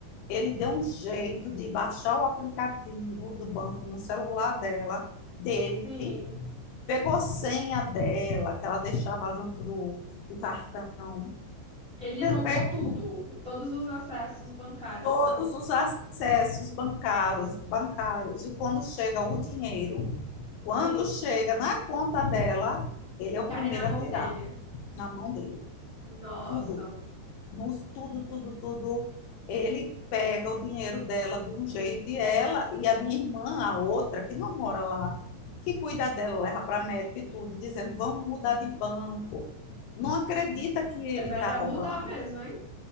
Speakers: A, on the left; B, on the right.
A: Ele deu um jeito de baixar o aplicativo do banco no celular dela, dele,
B: Sim,
A: pegou a senha dela, que ela deixava junto do, do cartão,
B: ele roubou
A: pegou
B: tudo, todos os acessos bancários
A: todos
B: dela.
A: os acessos bancários, bancários, e quando chega o dinheiro, Quando
B: Sim,
A: chega na conta dela, ele é o
B: cai
A: primeiro
B: na mão
A: a tirar,
B: dele.
A: na mão dele.
B: Nossa,
A: Tudo, nos tudo, tudo, tudo. Ele pega o dinheiro dela de um jeito e ela e a minha irmã, a outra, que não mora lá, que cuida dela, leva para médico e tudo, dizendo: vamos mudar de banco. Não acredita que ele
B: é melhor
A: está roubando.
B: mudar mesmo, hein?